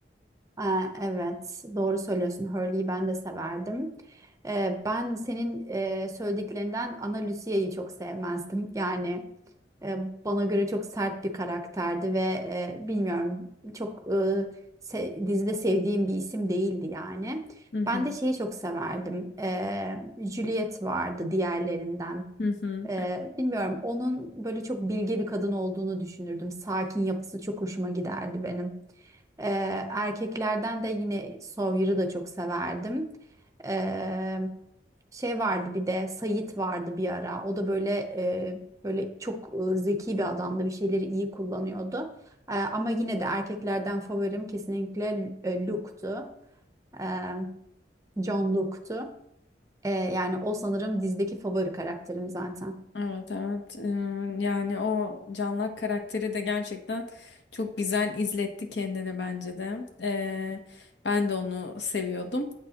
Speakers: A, on the right; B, on the left.
A: Aa, evet, doğru söylüyorsun. Hurley'i ben de severdim. Ee, ben senin e, söylediklerinden Ana Lucia'yı çok sevmezdim. Yani e, bana göre çok sert bir karakterdi ve e, bilmiyorum çok e, se- dizide sevdiğim bir isim değildi yani.
B: Hı hı.
A: Ben de şeyi çok severdim. Ee, Juliet vardı diğerlerinden.
B: Hı hı.
A: Ee, bilmiyorum onun böyle çok bilge bir kadın olduğunu düşünürdüm. Sakin yapısı çok hoşuma giderdi benim. Ee, erkeklerden de yine Sawyer'ı da çok severdim. Ee, şey vardı bir de Sayit vardı bir ara. O da böyle e, böyle çok e, zeki bir adamdı. Bir şeyleri iyi kullanıyordu. Ee, ama yine de erkeklerden favorim kesinlikle e, Luke'tu. Ee, John Luke'tu. Ee, yani o sanırım dizdeki favori karakterim zaten.
B: Evet evet. Ee, yani o Canlak karakteri de gerçekten çok güzel izletti kendini bence de. Ee, ben de onu seviyordum.